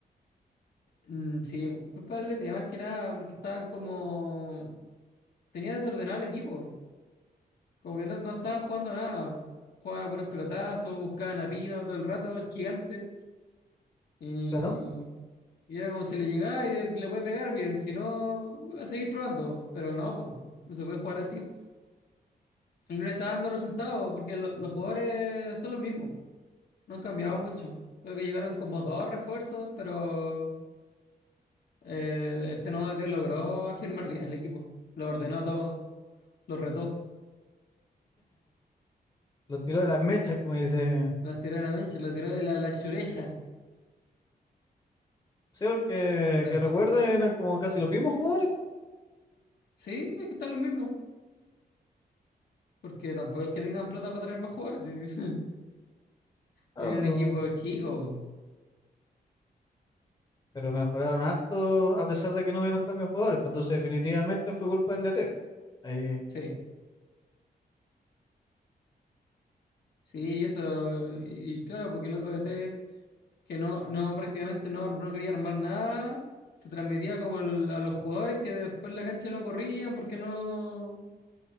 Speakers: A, on the left; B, on the left.
A: Mm, Sí, culpable tenía más que nada porque estaba como... Tenía desordenado el equipo. Como que no, no estaban jugando a nada. Jugaban a puros pelotazos, buscaban a Pino todo el rato, el gigante. Y,
B: Claro,
A: y era como si le llegaba y le, le puede pegar bien. Si no, va a seguir probando. Pero no, po, no se puede jugar así. Y no le está dando resultados porque lo- los jugadores son los mismos. No han cambiado mucho. Creo que llegaron como dos refuerzos, pero eh, este nuevo DT logró afirmar bien el equipo. Lo ordenó a todos, lo retó.
B: los tiró de las mechas, como dice.
A: Las tiró a la mecha, las tiró de la, la chureja.
B: Sí, porque
A: Pero
B: que
A: sí,
B: recuerden eran como casi los mismos jugadores,
A: sí, es que están los mismos. Porque tampoco es que tengan plata para traer más jugadores. sí. <laughs>
B: claro,
A: Es
B: pero,
A: un equipo chico.
B: pero mejoraron harto a pesar de que no hubieron cambios de jugadores, pues entonces definitivamente fue culpa del DT. Ahí.
A: Sí. Sí, y eso. Y claro, porque el otro DT, que no, no prácticamente no, no quería armar nada, se transmitía como el- a los jugadores que después en la cancha no corrían porque no.